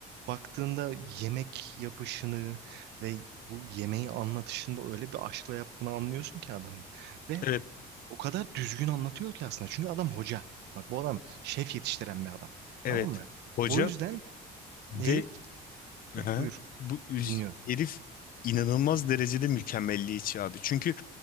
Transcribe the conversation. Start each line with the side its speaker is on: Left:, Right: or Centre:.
Right: baktığında yemek yapışını ve bu yemeği anlatışında öyle bir aşkla yaptığını anlıyorsun ki adamın. Ve
Left: Evet.
Right: o kadar düzgün anlatıyor ki aslında. Çünkü adam hoca. Bak bu adam şef yetiştiren bir adam. Tamam
Left: Evet.
Right: mı?
Left: Hoca
Right: O yüzden
Left: ve
Right: herif
Left: Aha.
Right: buyur
Left: bu üz-
Right: dinliyorum.
Left: herif inanılmaz derecede mükemmelliyetçi abi. Çünkü